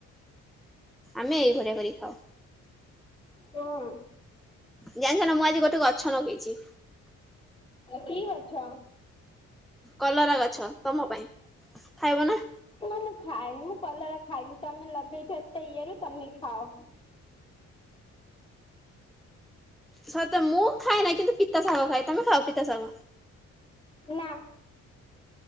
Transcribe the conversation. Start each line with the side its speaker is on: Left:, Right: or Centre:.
Centre: ଆମେ ଏଇଭଳିଆ କରି ଖାଉ।
Left: ହୁଁ।
Centre: ଜାଣିଛ ନା ମୁଁ ଆଜି ଗୋଟେ ଗଛ ନଗେଇଚି।
Left: କି ଗଛ?
Centre: କଲରା ଗଛ ତମ ପାଇଁ। ଖାଇବ ନା?
Left: ନା ମୁଁ ଖାଏନି ମୁଁ କଲରା ଖାଇନି ତମେ ଲଗେଇଚ ଏତେ ଇଏରେ ତମେ ଖାଅ।
Centre: ସତ ମୁଁ ଖାଏନା କିନ୍ତୁ ପିତା ଶାଗ ଖାଏ। ତମେ ଖାଅ ପିତା ଶାଗ?
Left: ହଁ।